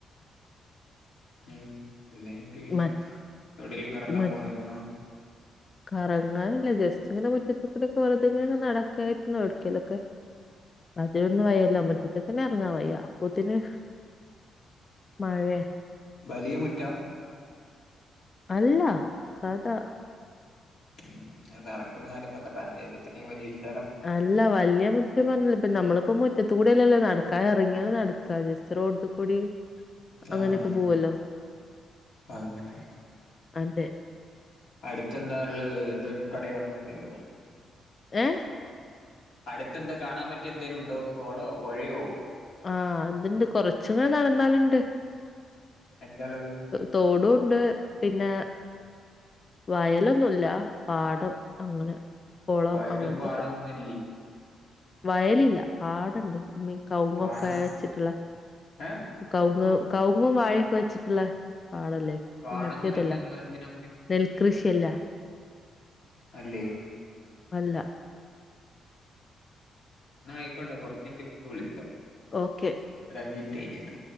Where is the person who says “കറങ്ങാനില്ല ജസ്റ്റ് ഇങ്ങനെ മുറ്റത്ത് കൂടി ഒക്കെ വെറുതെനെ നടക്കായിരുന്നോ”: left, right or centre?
Left